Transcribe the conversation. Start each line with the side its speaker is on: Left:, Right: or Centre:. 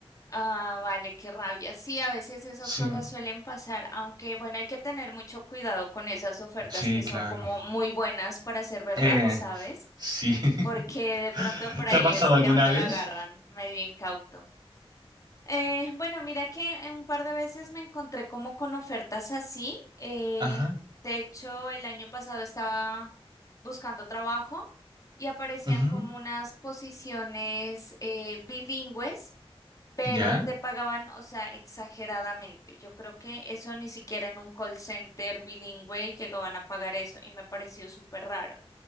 Left: Ah, vale, qué rabia. Sí, a veces esas
Right: Sí,
Left: cosas suelen pasar, aunque bueno, hay que tener mucho cuidado con esas ofertas
Right: sí,
Left: que son
Right: claro.
Left: como muy buenas para ser verdad,
Right: Eh,
Left: ¿sabes?
Right: sí. <laughs>
Left: Porque de pronto por
Right: ¿Te
Left: ahí
Right: ha pasado
Left: es que
Right: alguna
Left: a uno
Right: vez?
Left: lo agarran medio incauto. Eh, bueno, mira que eh, un par de veces me encontré como con ofertas así. eh,
Right: Ajá.
Left: de hecho, el año pasado estaba buscando trabajo y aparecían
Right: ujú,
Left: como unas posiciones eh, bilingües, pero
Right: ¿Ya?
Left: te pagaban, o sea, exageradamente. Yo creo que eso ni siquiera en un call center bilingüe llegaban a pagar eso y me pareció súper raro.